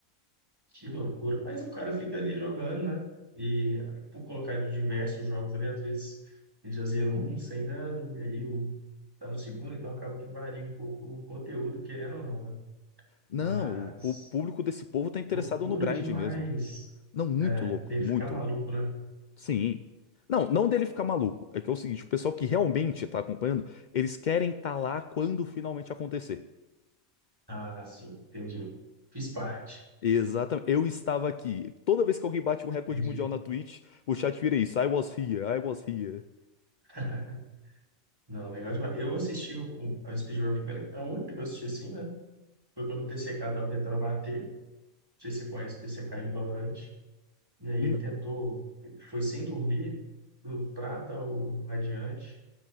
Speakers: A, on the right; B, on the left.
A: Que loucura. Mas o cara fica ali jogando, né? E por colocar diversos jogos ali, às vezes ele já zerou um sem dano, e aí o, tá no segundo, então acaba que varia um pouco o conteúdo, querendo ou não, né?
B: Não,
A: Mas
B: o pu- público desse povo tá interessado
A: loucura
B: no grind
A: demais.
B: mesmo. Não, muito
A: É,
B: louco,
A: ele
B: muito
A: ficar maluco,
B: louco.
A: né?
B: Sim. Não, não dele ficar maluco. É que é o seguinte, o pessoal que realmente tá acompanhando, eles querem estar lá quando finalmente acontecer.
A: Ah, sim, entendi. Fiz parte.
B: Exatamente. Eu estava aqui. Toda vez que alguém bate um recorde
A: Entendi.
B: mundial na Twitch, o chat vira isso. I was here, I was here.
A: <laughs> Não, legal demais. Eu assisti o, o, a Speedrun primeiro, a única que eu assisti assim, né? Foi quando o TCK tava tentando bater. Não sei se você conhece o TCK e do Valorant. E aí
B: N-
A: ele tentou, ele foi sem dormir, do prata ao radiante,